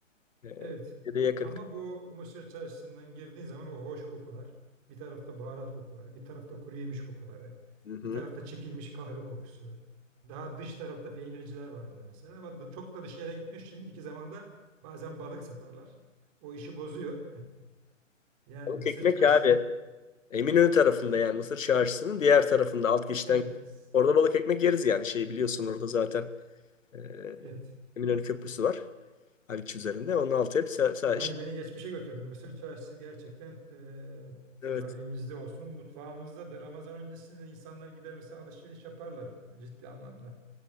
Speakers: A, on the left (about 75°); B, on the right (about 25°).
A: E,
B: Evet.
A: ya da yakın.
B: Ama bu Mısır çarşısından girdiğin zaman o hoş kokular. Bir tarafta baharat kokuları, bir tarafta kuru yemiş kokuları,
A: Hı hı.
B: bir tarafta çekilmiş kahve kokusu. Daha dış tarafta peynirciler vardır mesela ama d- çok da dışarıya gitmiş. Şimdiki zamanda bazen balık satarlar. O işi bozuyor. Yani
A: Balık
B: Mısır
A: ekmek
B: çarşısını
A: abi. Eminönü tarafında yani Mısır Çarşısı'nın diğer tarafında alt geçitten.
B: evet
A: Orada balık ekmek yeriz yani şey biliyorsun orada zaten e,
B: evet.
A: Eminönü Köprüsü var. Haliç üzerinde. Onun altı hep sa- sa-
B: Yani
A: şey.
B: beni geçmişe götürdün. Mısır çarşısı gerçekten eee,
A: Evet.
B: tarihimizde olsun, mutfağımızda da Ramazan öncesinde insanlar gider mesela alışveriş yaparlar ciddi anlamda.